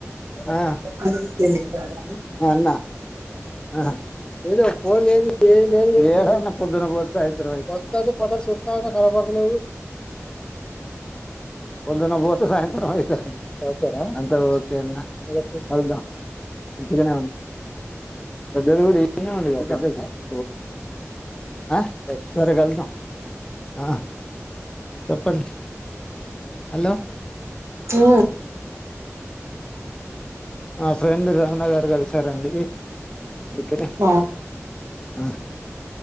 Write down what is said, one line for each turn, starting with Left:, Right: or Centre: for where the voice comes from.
Left: ఆ
Right: అన్నం తినేసారా
Left: అన్నా ఆ ఏదో ఫోన్ లేదు ఏం లేదు ఏడన్న పొద్దున పోత్ సాయంత్రం అయితాద్ తద్ పదర్ సూత్త ఉనా కడపడతా లేవు పొద్దాన పోతే సాయంత్రం అయితాన్ అంత ఓకేన్నా కలుద్దాం మంచిగానే న్ పెద్దది కూడా కూడ ఈడ్ నే ఉంది గా పెద్దది బ హా సరే కలుద్దాం ఆ చెప్పండి హలో
Right: హు
Left: ఆ ఫ్రెండ్ రమణ గారు కలిసారండి అందుకనే
Right: ఆ
Left: ఆ